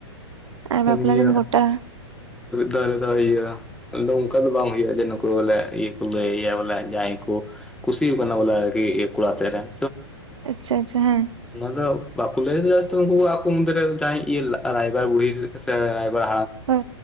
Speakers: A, on the right; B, in the centre.
A: ᱟᱨ
B: ᱦᱮᱸ
A: ᱵᱟᱯᱞᱟ
B: ᱱᱯ
A: ᱫᱤᱱ ᱜᱚᱴᱟ
B: ᱫᱟᱨ ᱫᱚ ᱟᱭ <unintelligible> ᱟᱫᱚ ᱚᱱᱠᱟ ᱫᱚ ᱵᱟᱝ ᱦᱩᱭᱩᱜᱼᱟ ᱡᱮ ᱱᱩᱠᱩ ᱵᱚᱞᱮ ᱤᱭᱟᱹ ᱠᱚ ᱞᱟᱹᱭᱭᱟ ᱵᱚᱞᱮ ᱡᱟᱦᱟᱸᱭ ᱠᱚ ᱠᱷᱩᱥᱤ ᱠᱟᱱᱟ ᱵᱚᱞᱮ ᱠᱚᱲᱟ ᱛᱮᱜ ᱨᱮᱱ
A: ᱟᱪᱪᱷᱟ ᱟᱪᱪᱷᱟ ᱦᱮᱸ
B: ᱫᱚ ᱵᱟᱠᱩ ᱞᱮᱭᱞᱮᱜ-ᱟ ᱛᱚ ᱩᱱᱠᱩ ᱟᱠ ᱢᱩᱫ ᱨᱮ ᱨᱟᱭᱵᱟᱨ ᱵᱩᱲᱦᱤᱭᱮ <unintelligible> ᱥᱮ ᱨᱟᱭᱵᱟᱨ
A: ᱦᱳᱭ